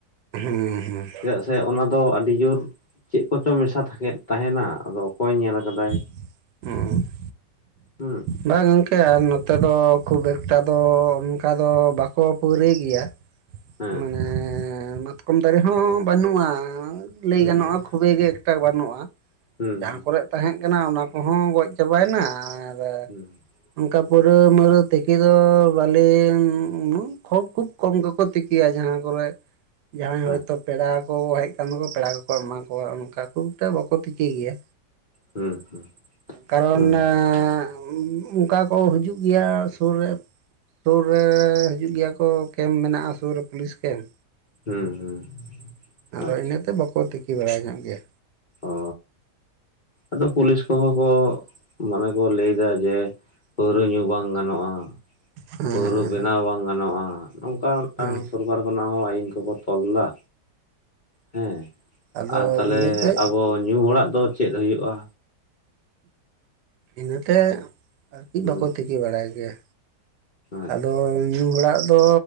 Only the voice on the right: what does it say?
ᱦᱩᱸ ᱦᱩᱸ᱾
<inaudible>
ᱵᱟ ᱜᱚᱝᱠᱮ ᱟᱨ ᱱᱚᱛᱮ ᱫᱚ ᱠᱷᱩᱵᱽ ᱮᱠᱴᱟ ᱫᱚ ᱚᱱᱠᱟ ᱫᱚ ᱵᱟᱠᱚ ᱯᱟᱹᱣᱨᱟᱹᱭ ᱜᱮᱭᱟ᱾
ᱢᱟᱱᱮ ᱢᱟᱛᱠᱚᱢ ᱫᱟᱨᱮ ᱦᱚᱸ ᱵᱟᱹᱱᱩᱜᱼᱟ ᱞᱮᱭ
ᱜᱟᱱᱚᱜᱼᱟ ᱠᱷᱩᱵᱮ ᱜᱮ ᱴᱟᱠ ᱵᱟᱹᱱᱩᱜᱼᱟ
ᱡᱟᱦᱟᱸ ᱠᱚᱨᱮᱜ ᱛᱟᱦᱮᱸᱜ ᱠᱟᱱᱟ ᱚᱱᱟ ᱠᱚᱦᱚᱸ ᱜᱚᱡ ᱪᱟᱵᱟᱭᱮᱱᱟ ᱟᱨ
<inaudible> ᱚᱱᱠᱟ
ᱯᱟᱹᱣᱨᱟᱹ <inaudible> ᱛᱮᱞᱮ ᱫᱚ ᱵᱟᱞᱮ ᱩᱱᱟᱹᱜ ᱠᱷᱩᱵ ᱠᱚᱢ ᱜᱮᱠᱚ ᱛᱤ ᱠᱤᱭᱟ ᱡᱟᱦᱟᱸ ᱠᱚᱨᱮᱜ ᱡᱟᱦᱟᱸᱭ
ᱦᱚᱭᱛᱚ ᱯᱮᱲᱟ ᱠᱚ ᱦᱮᱡ <inaudible> ᱯᱮᱲᱟ ᱠᱚᱠᱚ ᱮᱢᱟ ᱠᱚᱣᱟ ᱚᱱᱠᱟ ᱠᱷᱩᱵ ᱮᱠᱴᱟ ᱵᱟᱠᱚ ᱛᱤᱠᱤ ᱜᱮᱭᱟ᱾
ᱠᱟᱨᱚᱱ
ᱮᱸ ᱚᱱᱠᱟ ᱠᱚ ᱦᱤᱡᱩᱜ ᱜᱮᱭᱟ ᱥᱳᱨ ᱨᱮ ᱥᱩᱨ ᱨᱮ ᱦᱤᱡᱩᱜ ᱜᱮᱭᱟ ᱠᱚ ᱠᱮᱢᱯ ᱢᱮᱱᱟᱜᱼᱟ ᱥᱩᱨ ᱨᱮ ᱯᱩᱞᱤᱥ ᱠᱮᱢᱯ᱾
ᱟᱫᱚ ᱤᱱᱟᱹᱛᱮ ᱵᱟᱠᱚ ᱛᱤᱠᱤ ᱵᱟᱲᱟᱭ ᱧᱚᱜ ᱜᱮᱭᱟ᱾
ᱦᱮᱸ
ᱦᱮᱸ
ᱦᱮᱸ
ᱟᱫᱚ
ᱤᱱᱟᱹᱛᱮ
ᱤᱱᱟᱹᱛᱮ ᱟᱨᱠᱤ
ᱵᱟᱠᱚ ᱛᱤᱠᱤ ᱵᱟᱲᱟᱭ ᱜᱮᱭᱟ᱾
ᱟᱫᱚ ᱧᱩ ᱦᱚᱲᱟᱜ ᱫᱚ